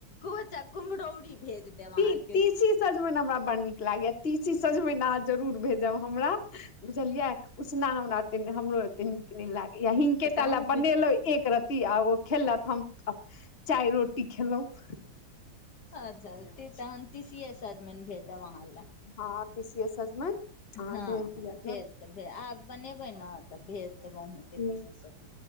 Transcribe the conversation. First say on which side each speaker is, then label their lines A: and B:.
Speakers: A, on the left (about 60°); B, on the left (about 35°).
A: कोचा कुम्हरौरी भेज देब
B: ती
A: अहाँके
B: तीसी सजमनि हमरा बड़ड नीक लागे या तीसी सजमनि जरूर भेज हमरा बुझलिये उसना हमरा हमरो एे नीक लाग या हिकेटा
A: अच्छा अहूँके
B: ले बनेलो एक रतीी आ ओ खेलत हम चाय रोटी खेलहुं
A: अचछा तहन तीसीसजम भेजब अहाँ ल
B: हँ तीसीये सजमनि अहाँ
A: हँ
B: भेज दिया
A: ह भेज त आ बनेबै ने तऽ भेज देब हम
B: करब
A: तिसीसजम